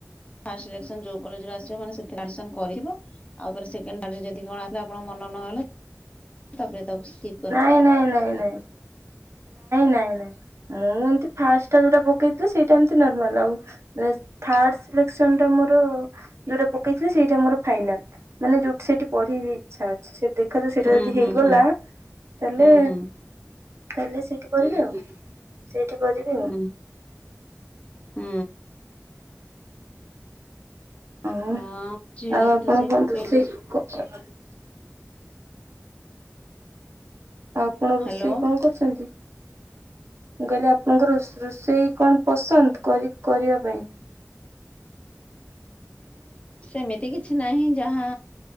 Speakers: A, on the left (about 25°); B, on the right (about 60°).
A: ଫାଷ୍ଟେ ସିଲେସନ୍ ଯୋଉ କଲେଜରେ ଆସିବ ମାନେ ସେକେଣ୍ଡେ ଆଡ଼ିମିସନ୍ କରିବ। ଆଉ ଥରେ ସେକେଣ୍ଡ ଥାର୍ଡ ଯଦି କଣ ଆସିଲା ଆପଣଙ୍କ ମନ ନହେଲେ ତା ପରେ ତାକୁ ସି
B: ନାଇଁ ନାଇଁ ନାଇଁ ନାଇଁ ନାଇଁ ନାଇଁ ମୁଁ ଏମିତି ଫାଷ୍ଟେ ଯୋଉଟା ପକେଇ ସେଇଟା ଏମତି ନର୍ମାଲ ଆଉ ବେସ୍ ଥାର୍ଡ ସିଲେକ୍ସନ ଟା ମୋର ଯୋଉଟା ପକେଇଥିଲେ ସେଇଟା ମୋର ଫାଇନାଲ ମାନେ ଯୋଉଠି ସେଇଠି ପଢ଼ି ବି ଇଚ୍ଛା ଅଛି ସେ ଦେଖାଯାଉ ସେଇଟା
A: ହୁଁ
B: ଯଦି
A: ହୁଁ
B: ହେଇଗଲା
A: ହୁଁ
B: ତାଲେ
A: ହୁଁ ହୁଁ
B: ତାଲେ ସେଇଠି କରିବି ଆଉ। ସେଇଠି କରିବି
A: ହୁଁ।
B: ଆଉ
A: ହୁଁ।
B: ଆଉ
A: ହଁ ଝିଅର
B: ଆଉ ଆପଣ
A: ବି ତ ସେଇ
B: କଣ
A: ପକେଇଚି।
B: <unintelligible> ଆପଣ ରୋଷେଇ
A: ହ୍ୟାଲୋ।
B: କଣ କରୁଛନ୍ତି ମୁଁ କହିଲି ଆପଣଙ୍କର ରୋଷ ରୋଷେଇ କଣ? ପସନ୍ଦ କରି କରିବା ପାଇଁ।
A: ହୁଁ ସେମିତି କିଛି ନାହିଁ ଯାହା